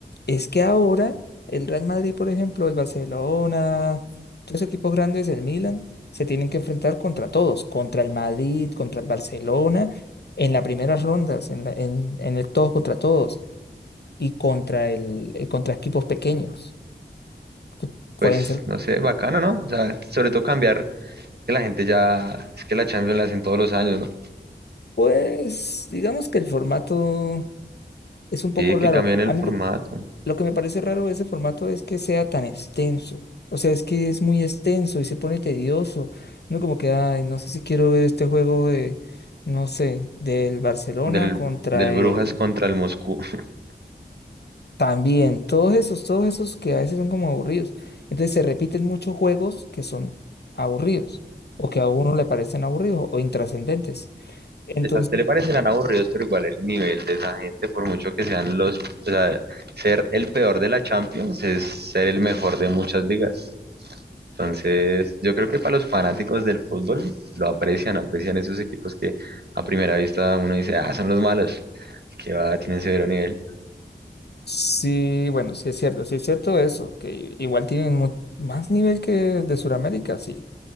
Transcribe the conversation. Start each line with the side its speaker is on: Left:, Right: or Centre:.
Left: Es que ahora el Real Madrid, por ejemplo, el Barcelona, todos los equipos grandes, el Milan, se tienen que enfrentar contra todos, contra el Madrid, contra el Barcelona, en las primeras rondas, en, la- en, en el todos contra todos y contra, el, eh, contra equipos pequeños. que Pueden
Right: Pues,
Left: ser,
Right: no sé, bacano, ¿no? O sea, sobre todo cambiar, que la gente ya, es que la Champions la hacen todos los años, ¿no?
Left: pues, digamos que el formato es un poco
Right: Sí,
Left: raro.
Right: que cambian el
Left: A
Right: formato
Left: mí lo Lo que me parece raro de ese formato es que sea tan extenso. O sea, es que es muy extenso y se pone tedioso. no como que, ay, no sé si quiero ver este juego de, no sé, del Barcelona
Right: del,
Left: contra
Right: del
Left: el...
Right: Brujas contra el Moscú. <laughs>
Left: También, todos esos, todos esos que a veces son como aburridos. Entonces se repiten muchos juegos que son aburridos o que a uno le parecen aburridos o intrascendentes. Entonces,
Right: Pues a usted le parecerán aburridos, pero igual el nivel de esa gente, por mucho que sean los, o sea, ser el peor de la Champions es ser el mejor de muchas ligas. Entonces, yo creo que para los fanáticos del fútbol lo aprecian, aprecian esos equipos que a primera vista uno dice, ah, son los malos, que va, tienen severo nivel.
Left: sí, bueno, sí es cierto, sí es cierto eso, que igual tienen mu- más nivel que el de Sudamérica, sí.